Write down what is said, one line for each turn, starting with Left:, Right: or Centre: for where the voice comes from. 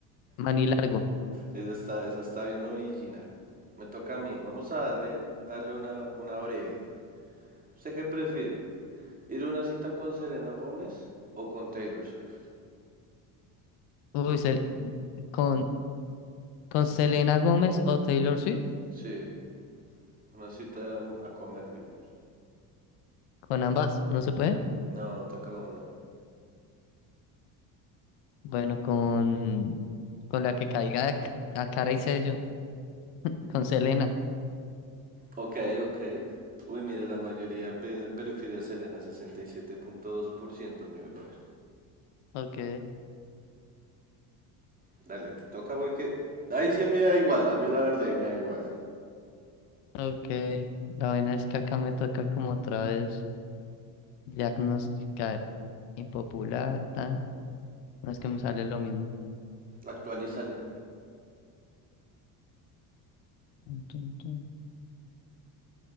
Left: Maní largo.
Right: Eso está, eso está bien original. Me toca a mí. Vamos a darle, darle una, una breve. ¿Usted qué prefiere? ¿Ir a una cita con Selena Gómez o con Taylor Swift?
Left: Uy, se- con, con Selena Gómez o Taylor Swift,
Right: Sí, una cita mm, a comer, digamos.
Left: con ambas, ¿no se puede?
Right: No, toca una.
Left: Bueno, con, con la que caiga a, c- a cara y sello, con Selena.
Right: Ok, ok. Uy, mire, la mayoría pe- prefiere a Selena, 67.2%, mi brother.
Left: Ok,
Right: Dale, te toca porque... Ahí sí me da igual, a mí la verdad ahí me da igual.
Left: ok. La vaina es que acá me toca como otra vez diagnosticar impopular, tan. No es que me sale lo mismo.
Right: Actualízale.
Left: Tun, tun, tun.